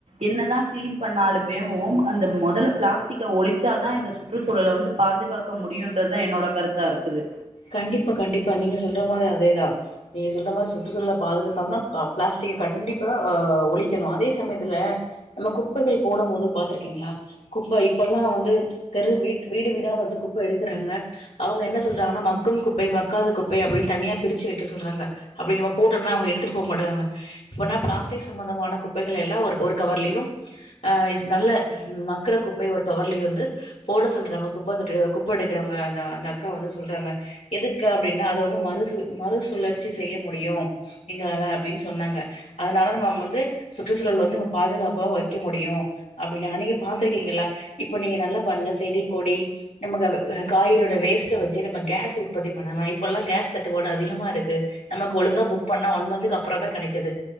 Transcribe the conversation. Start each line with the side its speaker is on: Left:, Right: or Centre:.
Right: என்னதா கிளீன் பண்ணாலுமேவும் அந்த மொதல்ல பிளாஸ்டிக்க ஒலிச்சாதா இந்த சுத் சுற்றுச்சூழல வந்து பாதுகாக்க முடியுன்றதா என்னோட கருத்தா இருக்குது
Left: கண்டிப்பா கண்டிப்பா நீங்க சொல்றமாரி அதேதா நீங்க சொல்றமாரி சுற்றுசூழல பாதுகாக்கண்னா க பிளாஸ்டிக்க கண்டிப்பா ஒழிக்கணு அதே சமயத்துல நம்ம குப்பைகள் போடும்போதும் பாத்துருக்கீங்ளா குப்ப இப்பல்லா வந்து தெரு வீட் வீடுவீடா வந்து குப்ப எடுக்குறாங்க அவங்க என்ன சொல்றாங்கன்னா ம க்கும் குப்பை மக்காத குப்பை அப்டின் தனியா பிரிச்சு வெக்க சொல்றாங்க அப்பிடி நம்ம போட்டோன்னா அவுங்க எடுத்துட்டு போக மாட்டெக்குறாங்க இப்பன்னா பிளாஸ்டிக் சம்பந்தமான குப்பைகள் எல்லா ஒரு ஒரு கவர்லியும் அ நல்ல மக்குரகுப்பை ஒருகவர்லியு வந்து போட சொல்றாங்க குப்ப தொட்டி குப்ப எடுக்குறவங்க அந்த அந்த அக்கா வந்து சொல்றாங்க எதுக்கா அப்டின்னா அத வந்து மறுசு மறுசுழற்சி செய்ய முடியு எங்களால அப்டின் சொன்னாங்க அதுனால நம்ம மந்து சுற்றுசூழல் வந்து நம்ம பாதுகாப்பா வெக்க முடியு அப்டின்னாங்க நீங்க பாத்துருக்கீங்கள்ளா இப்ப நீங்க நல்லா பாருங்க செடி கொடி நம்மக்கது காய்கறியோட வேஸ்ட்ட வெச்சு நம்ம கேஸ்ஸு போதி பண்ணலா இப்பொல்லா கேஸ் தட்டுப்பாடு அதிகமா இருக்கு நம்மக் ஒழுங்கா புக் பண்ணா ஒன் மந்துக்கு அப்பறதா கெடைக்குது